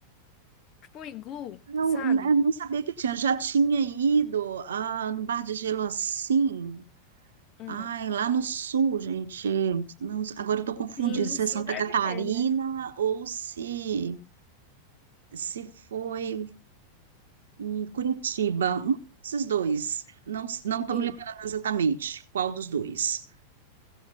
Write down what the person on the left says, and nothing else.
tipo um iglu,
sabe?
Hum.
Sim, no
sul
deve
ter, né?
Sim.